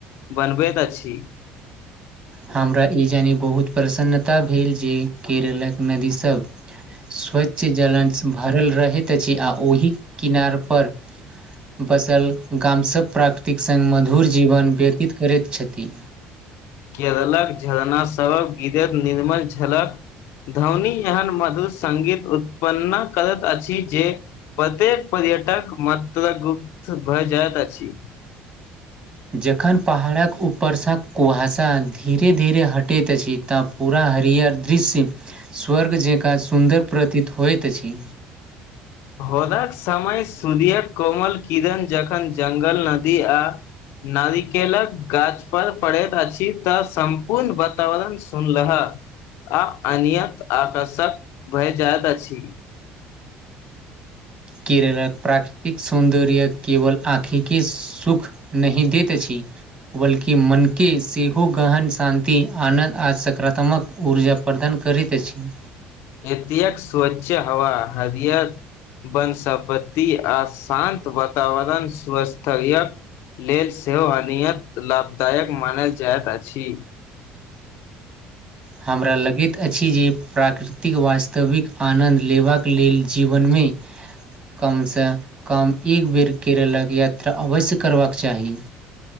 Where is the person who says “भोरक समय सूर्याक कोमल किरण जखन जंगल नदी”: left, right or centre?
Left